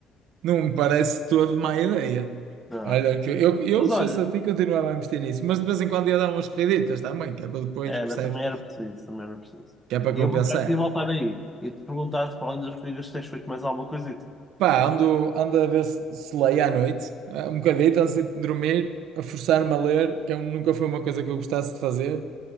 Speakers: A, on the right; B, in the centre.
A: Não me parece todo má ideia.
B: Não.
A: Olha, que eu, eu
B: Mas
A: se
B: olha,
A: fosse a ti continuava a investir nisso, mas de vez em quando ia dar umas corriditas também, que é para depois,
B: era,
A: percebes?
B: também era preciso, também era preciso.
A: Que é para
B: E
A: compensar.
B: eu por acaso ia voltar aí e te perguntar para além das corridas se tens feito mais alguma coisita.
A: Pá, ando, ando a ver se, se leio à noite, eh, um bocadito antes de dormir, a forçar-me a ler, que eu nunca foi uma coisa que eu gostasse de fazer,